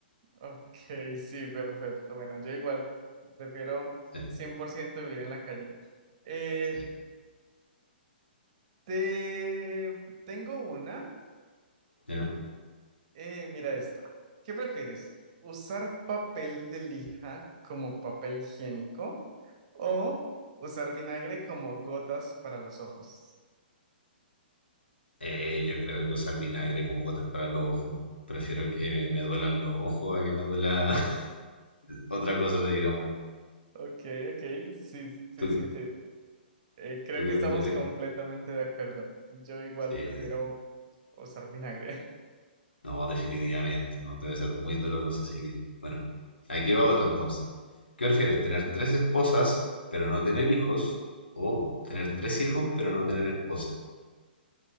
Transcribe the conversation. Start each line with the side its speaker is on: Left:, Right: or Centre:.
Right: Ok, sí, perfecto. Bueno, yo igual prefiero
Left: Sí,
Right: 100% vivir en la calle. Eh,
Left: sí.
Right: te tengo una.
Left: ¿Ya?
Right: eh, mira esta. ¿Qué prefieres? ¿Usar papel de lija como papel higiénico o usar vinagre como gotas para los ojos?
Left: Eh, yo creo que usar vinagre como gotas para los ojos. Prefiero que me duelan los ojos a que me duela <laughs> otra cosa, digamos.
Right: Ok, ok, sí, sí,
Left: ¿Tú,
Right: sí,
Left: qué-
Right: te, Eh, creo
Left: tú qué
Right: que estamos
Left: prefieres?
Right: completamente de acuerdo. Yo igual
Left: Sí,
Right: prefiero usar vinagre. <laughs>
Left: No, definitivamente, no, debe ser muy doloroso, así que, bueno, aquí va otra entonces. ¿Qué prefieres,
Right: Ok.
Left: tener tres esposas, pero no tener hijos? ¿O tener tres hijos, pero no tener esposa?